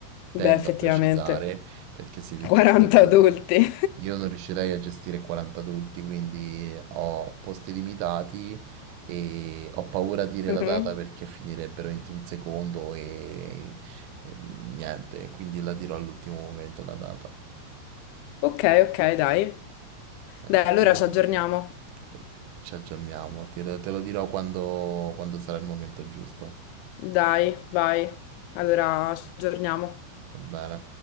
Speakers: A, on the right (about 80°); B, on the left (about 80°).
A: tendo
B: beh, effettivamente,
A: a precisare perché siete
B: 40
A: tutti adulti.
B: adulti. <laughs>
A: Io non riuscirei a gestire 40 adulti, quindi ho posti limitati e ho paura a dire
B: Mhm.
A: la data perché finirebbero entro un secondo e, e niente, quindi la dirò all'ultimo momento la data.
B: Ok, ok, dai.
A: Eh,
B: Dai, allora
A: Quindi
B: ci aggiorniamo.
A: eh, ci aggiorniamo, te lo, te lo dirò quando, quando sarà il momento giusto.
B: Dai, vai. Allora ci aggiorniamo.
A: Va bene.